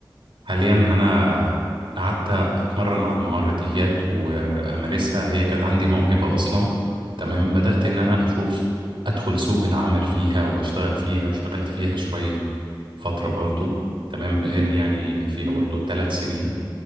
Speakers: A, on the right; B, on the right.
A: حاليا أنا قعدت أتمرن على المهارة ديت وأمارسها هي كانت عندي موهبة أصلا تمام بدأت إن أنا أشوف أدخل
B: تمام
A: سوق العمل فيها وأشتغل فيها اشتغلت فيها شوية فترة برضو تمام بقالي
B: مم.
A: يعني فيها
B: مم.
A: برضو ثلاث سنين